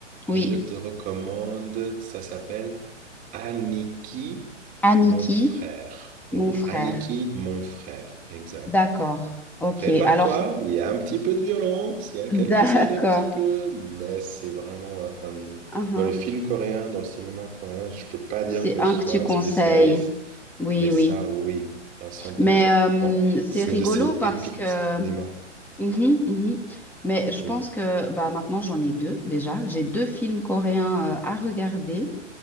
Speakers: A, in the centre; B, on the right.
A: Oui,
B: je te recommande, ça s'appelle Aniki,
A: Aniki,
B: mon frère. Oui,
A: mon frère.
B: Aniki, mon frère, exact.
A: D'accord. Ok.
B: Prépare-toi,
A: Alors,
B: il y a un petit peu de violence, il y a quelques
A: d'accord.
B: scènes un petit peu, mais c'est vraiment un, un-
A: Uhum.
B: Dans les films coréens, dans le cinéma coréen, je peux pas dire
A: C'est
B: que
A: un
B: je sois
A: que tu
B: un
A: conseilles.
B: spécialiste,
A: Oui,
B: mais
A: oui.
B: ça, oui, à 100%.
A: Mais euh, c'est
B: C'est
A: rigolo
B: une de ces
A: parce
B: pépites,
A: que.
B: dis-moi.
A: Mhm, mhm. Mais je
B: Oui.
A: pense que bah, maintenant, j'en ai deux déjà. J'ai deux films coréens euh, à regarder.